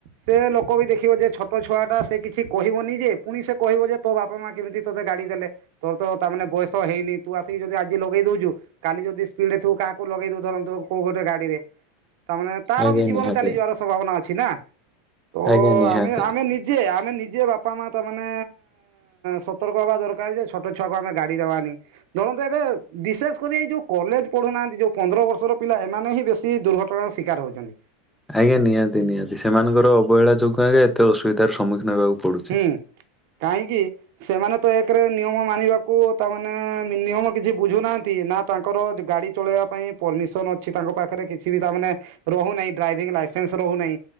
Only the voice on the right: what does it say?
ସେ ଲୋକ ବି ଦେଖିବ ଯେ ଛୋଟ ଛୁଆ ଟା ସେ କିଛି କହିବନି ଯେ ପୁଣି ସେ କହିବ ଯେ ତୋ ବାପା ମା କେମିତି ତୋତେ ଗାଡି ଦେଲେ ତୁମେ ତ ତା ମାନେ ବୟସ ହେଇନି ତୁ ଆସିକି ଯଦି ଆଜି ଲଗେଇ ଦଉଛୁ। କାଲି ଯଦି ସ୍ପିଡ ରେ ଥିବୁ କାହାକୁ ଲଗେଇ ଦଉ ଧରନ୍ତୁ କୋଉ ଗୋଟେ ଗାଡିରେ। ତାମାନେ ତାର
ବି ଜୀବନ
ଚାଲିଯିବାର ସମ୍ଭାବନା ଅଛି ନା। ତ
ଆମେ ଆମେ ନିଜେ ଆମେ ନିଜେ ବାପା ମା ତା ମାନେ ସତର୍କ ହବା ଦରକାର। କାର ଯେ ଛୋଟ ଛୁଆକୁ ଆମ ଗାଡି ଦବାନି। ଧରନ୍ତ ଏବେ ବିଶେଷ କରି ଏଇ ଯୋଉ କଲେଜ ପଢୁନାହାନ୍ତି ଯୋଉ ପନ୍ଦର ବର୍ଷର ପିଲା ଏମାନେ ହିଁ ବେଶ ସି ଦୁର୍ଘଟଣାର ଶିକାର ହେଉଛନ୍ତି।
ହୁଁ କାହିଁକି? ସେମାନେ ତ ଏକରେ ନିୟମ ମାନିବାକୁ ତାମାନେ ମିନିୟମ୍ କିଛି ବୁଝୁନାହାନ୍ତି ନା ତାଙ୍କର ଗାଡ଼ି ଚଳେଇବା ପାଇଁ ପନିସନ୍ ଅଛି ତାଙ୍କ ପାଖରେ କିଛି ବି ତାମାନେ ରହୁନାହିଁ ଡ୍ରାଇଭିଂ ଲାଇସେନ୍ସ ରହୁନାହିଁ